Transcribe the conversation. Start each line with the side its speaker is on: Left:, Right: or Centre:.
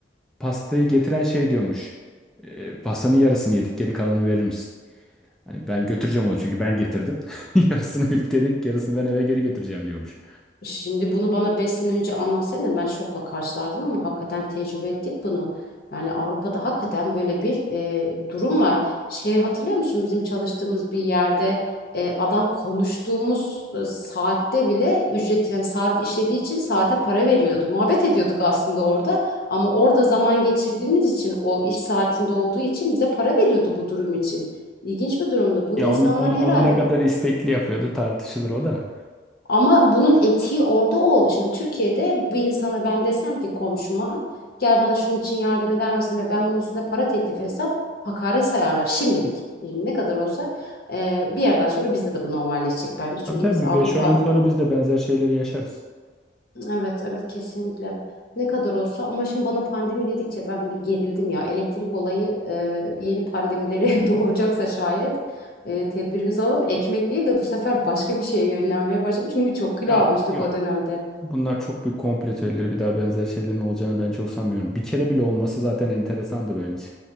Centre: Pastayı getiren şey diyormuş. "E, pastanın yarısını yedik, geri kalanı verir misin? Hani ben götüreceğim onu çünkü ben getirdim. <laughs> Yarısını birlikte yedik, yarısını ben eve geri getireceğim diyormuş.
Left: Şimdi bunu bana 5 sene önce anlatsaydın ben şokla karşılardım ama hakikaten tecrübe ettik bunu. Yani Avrupa'da hakikaten böyle bir e, durum var. Şeyi hatırlıyor musun? Bizim çalıştığımız bir yerde e, adam konuştuğumuz e, saatte bile ücret yani saat işlediği için saate para veriyordu. Muhabbet ediyorduk aslında orada ama orada zaman geçirdiğimiz için o iş saatinde olduğu için bize para veriyordu bu durum için. İlginç bir durumdu. Bu
Centre: Ya
Left: insanlar
Centre: onu, onu,
Left: herhalde
Centre: onu ne kadar istekli yapıyordu tartışılır o da.
Left: ama bunun etiği orada oldu. Şimdi Türkiye'de bir insana ben desem ki komşuma gel bana şunun için yardım eder misin ve ben bunun üstüne para teklif etsem hakaret sayarlar şimdilik. Şimdi ne kadar olsa e, bir yerden sonra bizde de bu normalleşecek bence. Çünkü
Centre: Tabii tabii
Left: biz
Centre: bir
Left: Avrupa
Centre: 5-10 yıl sonra biz de benzer şeyleri yaşarız.
Left: evet evet kesinlikle ne kadar olsa ama şimdi bana pandemi dedikçe ben bir gerildim ya. Elektrik olayı e, yeni pandemilere <laughs> doğuracaksa şayet e, tedbirimizi alalım. Ekmek değil de bu sefer başka bir şeye yönlenmeye başladım. Çünkü çok kilo
Centre: Ya
Left: almıştık
Centre: yok.
Left: o dönemde.
Centre: Bunlar çok büyük komplo teorileri. Bir daha benzer şeylerin olacağını ben çok sanmıyorum. Bir kere bile olması zaten enteresandı bence.